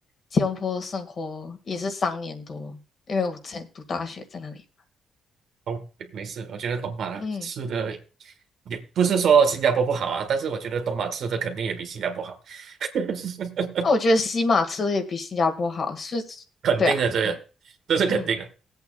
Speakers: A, on the left (about 50°); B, on the right (about 65°).
A: 吉隆坡生活也是三年多，因为我之前读大学在那里，
B: 东没事，我觉得东马吃的
A: 嗯。
B: 也不是说新加坡不好啊，但是我觉得东马吃的肯定也比新加坡好，<laughs>
A: 那我觉得西马吃的也比新加坡好，是，
B: 肯定的这个，
A: 对啊，嗯
B: 这是肯定的。
A: 嗯，